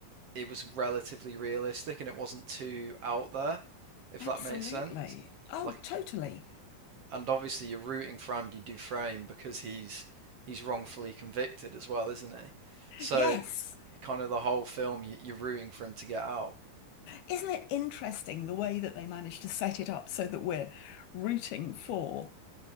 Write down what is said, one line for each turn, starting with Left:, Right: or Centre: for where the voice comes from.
Right: it was relatively realistic and it wasn't too out there, if
Left: Absolutely.
Right: that makes sense.
Left: Oh,
Right: Like,
Left: totally.
Right: and obviously you're rooting for Andy Dufresne because he's he's wrongfully convicted as well, isn't he? So
Left: Yes.
Right: kind of the whole film you, you're rooting for him to get out.
Left: Isn't it interesting the way that they managed to set it up so that we're rooting for